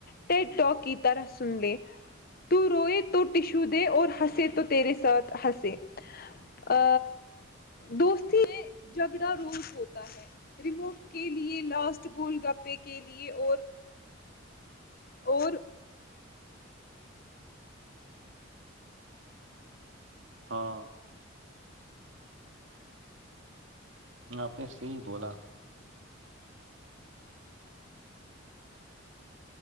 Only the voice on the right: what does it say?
ہاں میں آپنے سے ہی بولا